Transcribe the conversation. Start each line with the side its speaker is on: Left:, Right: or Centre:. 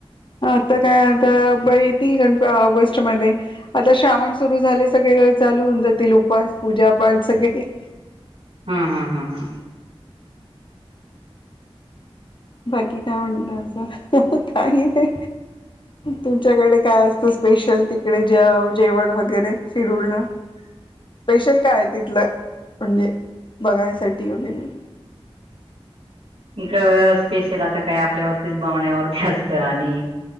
Left: आता काय आता ब ती गणप ऑगस्टमध्येध्ये आता श्रावण सुरू झाले सगळे चालून जातील उपवास पूजापाठ सगळे ह
Right: ह हा हा हा
Left: बाकी काय म्हणताय असं, काही नाही. तुमच्याकडे काय असतं स्पेशल तिकडे जेवण वगैरे शिरुळ ला.
Right: ह <inaudible>
Left: स्पेशल काय आहे तिथलं, म्हणजे बघायसाठी वगैरे.
Right: इकडे स्पेशल आता काय आपल्यावरतीच बवण्यावरती असत आणि-